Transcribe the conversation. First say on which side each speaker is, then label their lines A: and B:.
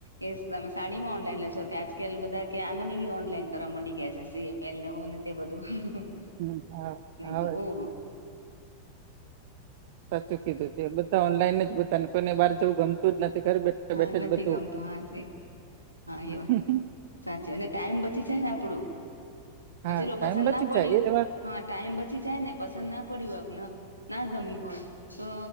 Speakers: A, on the right; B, on the right.
A: એ તમે સાડીમાં ઓનલાઈન લેશો કે આજકાલ બધા કે આના <unintelligible> ઓનલાઈન કરવા માંડી ગયા છે. હોને તે બધું
B: હમ, હા હા
A: તેમ
B: બસ.
A: બો.
B: સાચું કીધું છે બધા ઓનલાઈન જ બધાને કોઈને બહાર જવું ગમતું જ નથી.
A: હા
B: બેઠે
A: નથી
B: જ બધું,
A: ગમતું હા છે હા
B: <unintelligible>
A: એવા સાચી અને ટાઈમ બચી જાય ને આપડું,
B: હા
A: એ ચલો
B: ટાઈમ
A: પસંદ
B: બચી
A: ના પડ્યું.
B: જાય એ વાત
A: હા ટાઈમ પછી જાય ને પસંદના પડ્યું આપને. ના ગમી હોય, તો